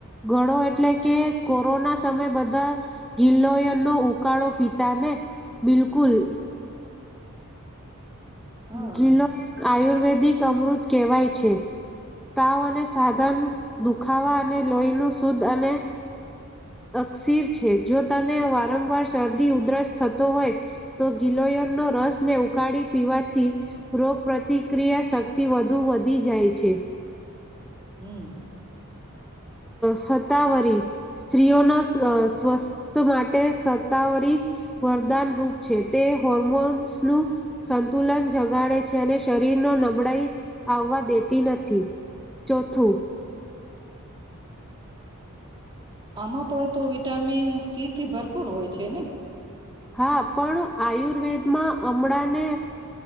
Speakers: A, in the centre; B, on the right.
A: ઘડો એટલે કે કોરોના સમય બધા ગિલ્લોયનો ઉકાળો પીતાને બિલકુલ
B: હા
A: ગીલોય આયુર્વેદિક અમૃત કહેવાય છે તાવ અને સાધન દુખાવા અને લોહી નુ શુદ્ધ અને અક્ષીર છે જો તને વારંવાર શરદી ઉધરસ થતો હોય તો ગિલોયન ન રસને ઉકાળી પીવાથી થી રોગ પ્ર્રતિક્રિયા શક્તિ વધુ વધી જાય છે.
B: હું
A: સત્તાવરી સ્ત્રીઓના સ્વસ્થ માટે સત્તાવરી વરદાન રૂપ છે તે હોર્મોન્સ નું સંતુલન જગાડે છે અને શરીર ન નબળાઈ આવવા દેતી નથી ચોથું
B: આમાં પણ તો વિટામિન <inaudible> થી ભરપૂર હોય છે ને
A: હા પણ આયુર્વેદમાં હમળાને